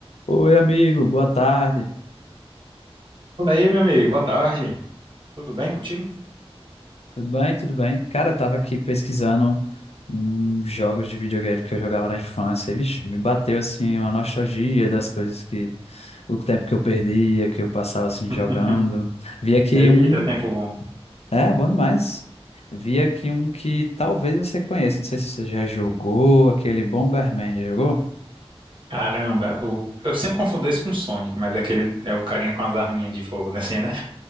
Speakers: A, on the left; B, on the right.
A: Oi, amigo, boa tarde.
B: Fala aí, meu amigo, boa tarde. Tudo bem contigo?
A: Tudo bem? Tudo bem? Cara, eu tava aqui pesquisando hum, jogos de videogame que eu jogava na infância. E, vixe, me bateu assim uma nostalgia das coisas que o tempo que eu perdia, que eu passava assim jogando.
B: <laughs>
A: Vi aqui
B: Eita,
A: um,
B: E tempo bom.
A: é, bom demais. Vi aqui um que talvez você conheça, não sei se você já jogou, aquele Bomberman, já jogou?
B: Caramba, o... eu sempre confundo esse com o Sonic, mas é aquele é o carinha com as arminhas de fogo, né? Assim, né?